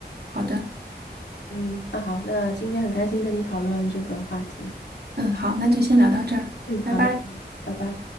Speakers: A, on the right; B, on the left.
A: 好的，
B: 嗯，那好，那今天很开心跟你讨论这个话题。
A: 嗯好，那就先聊到这儿，
B: 嗯，
A: 拜拜。
B: 好的，好的拜拜。